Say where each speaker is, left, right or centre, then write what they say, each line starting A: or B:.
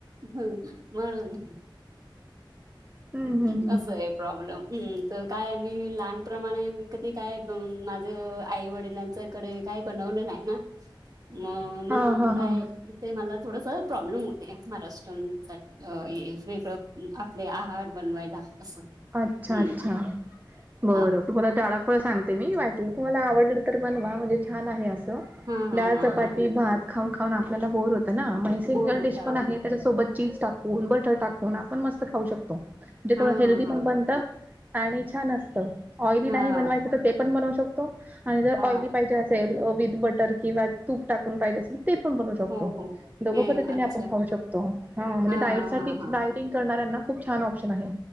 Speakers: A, on the right (about 45°); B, on the right (about 20°).
A: ह म्हणून.
B: हम्म हम्म हम्म.
A: असं आहे. प्रॉब्लेम तर कायमी लहानप्रमाणे मी कधी काय. माझ आई वडिलांचं <unintelligible> काही बनवलं नाही ना, म म्हणून
B: हा हा
A: काय
B: हा
A: ते मला थोडंस प्रॉब्लेम होते महाराष्ट्रांसाठी अ <unintelligible> आपले आहार बनवायला असं.
B: अच्छा
A: हम्म
B: अच्छा बर
A: हा
B: तुम्हाला डा फळं सांगते मी वाटत तुम्हाला आवडलं तर बनवा म्हणजे छान आहे असं.
A: हा हा
B: डाळ,
A: हा
B: चपाती,
A: हा
B: भात खाऊन खाऊन आपल्याला बोर होतं ना म हे सिंगल
A: बोर होतात
B: डिश पण आहेत. त्याच्यासोबत चीज टाकून, बटर टाकून आपण मस्त खाऊ शकतो म्हणजे
A: हा
B: थोडं
A: हा
B: हेल्दी <unintelligible> आणि छान असतं, ऑइली
A: हा
B: नाही बनवायचं
A: हा
B: तर ते पण बनवू शकतो. आणि जर
A: हा
B: ऑइली पाहिजे असेल, विथ बटर किंवा तूप टाकून पाहिजे असं ते पण बनू शकतो.
A: हो हो
B: दोघं
A: हे
B: पद्धतीने
A: अच्छा
B: आपण खाऊ शकतो हां म्हणजे
A: हा
B: डाईटसाठी
A: हा हा
B: डाईट <unintelligible> करणाऱ्यांना खूप छान ऑप्शन आहे.